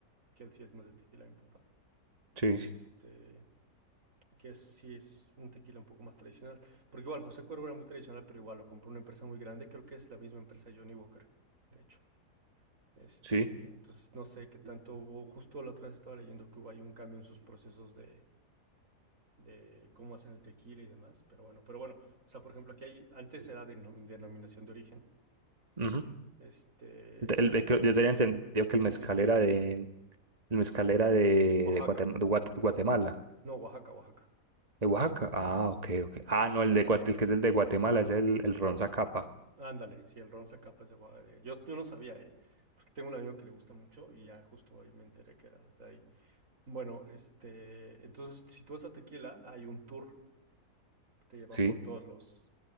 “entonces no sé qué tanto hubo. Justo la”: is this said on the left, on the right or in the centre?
Right